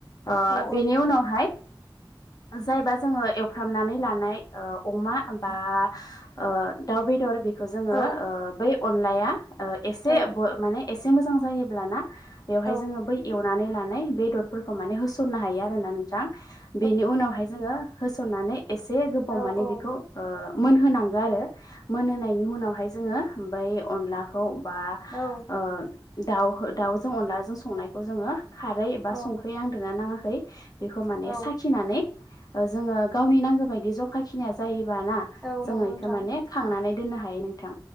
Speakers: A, on the left (about 45°); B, in the centre.
A: ओ
B: औ
A: बेनि उनावहाय जायबा जोङो एवफ्रामनानै लानाय ओ अमा बा ओ दाउ बेदर बेखौ जोङो
B: औ
A: बै अनलाया ओ
B: औ
A: एसे ब माने एसे मोजां जायोब्लाना बेवहाय
B: औ
A: जोङो बै एवनानै लानाय बेदरफोरख माने होसननो हायो आरोना
B: औ नंगौ
A: नोंथां
B: नोंथां औ
A: बेनि उनावहाय जोङो होसननानै एसे गोबाव
B: औ
A: माने
B: औ
A: बेखौ ओ मोनहोनांगो आरो मोनहोनायनि उनावहाय जोङो बै अनलाखौ बा
B: औ
A: ओ दाउ दाउजों अनलाजों संनायखौ जोङो खारै एबा
B: औ
A: संख्रै
B: औ
A: नांदना नाङाखै बेखौ माने
B: औ
A: साखिनानै ओ जोङो गावनि नांगो बायदि जखाखिनिया जायो बाना
B: औ
A: जों
B: नंगौ
A: इखो
B: नोंथां
A: माने खांनानै दोननो हायो नोंथां।